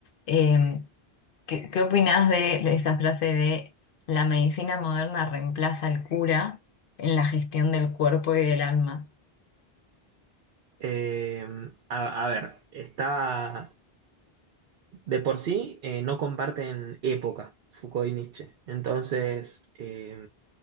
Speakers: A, on the left; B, on the right.
A: Eh, ¿qué, qué opinás de esa frase de la medicina moderna reemplaza al cura en la gestión del cuerpo y del alma?
B: Eh, a, a ver, está. de por sí eh, no comparten época, Foucault y Nietzsche. Entonces, eh,